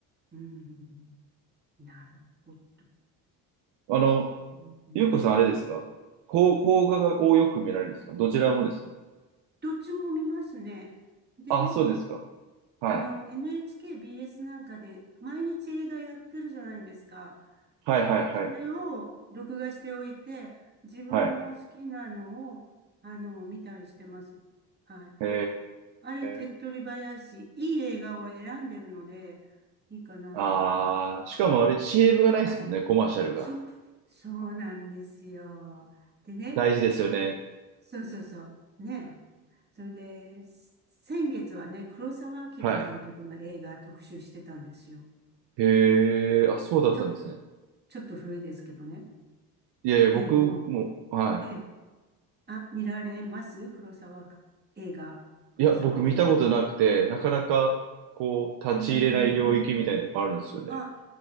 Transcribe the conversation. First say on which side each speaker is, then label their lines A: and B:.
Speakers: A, on the right; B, on the right.
A: うん、なるほど。
B: あの、
A: うん、
B: ゆうこさんあれですかこう、邦画がをよく見られるんですかどちらもですか
A: どっちも見ますね。でね、
B: あ、そうですか。はい。
A: あの、NHKBS なんかで毎日映画やってるじゃないですか。
B: はいはいはい。
A: それを録画しておいて、自分の好きなのを、
B: はい。
A: あの、見たりしてます。はい。
B: へ
A: あれ、手っ取り早いし、
B: え。
A: いい映画を選んでるので、いいかなと思って。
B: あー、しかもあれ CM がないですもんね、
A: はい。
B: コマーシャルが。
A: そ、そうなんですよ。でね、
B: 大事ですよね。
A: そうそうそう。ね。それで、す先月はね、黒澤明監督の映画特集してたんですよ。
B: はい。へえ、あ、そうだったんですね。
A: ちょっちょっと古いですけどね。
B: いやいや、
A: でも、
B: 僕も、は
A: え、あ、見られます黒沢映画。黒沢映画。
B: い。いや、僕見たことなくて、なかなか、こう、立ち入れない領域みたいなとこあるんですよね。
A: うーん。あ、